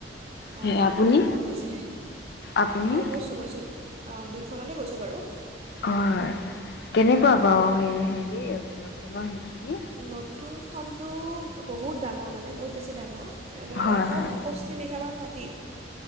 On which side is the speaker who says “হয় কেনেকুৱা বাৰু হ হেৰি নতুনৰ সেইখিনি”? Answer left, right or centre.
Left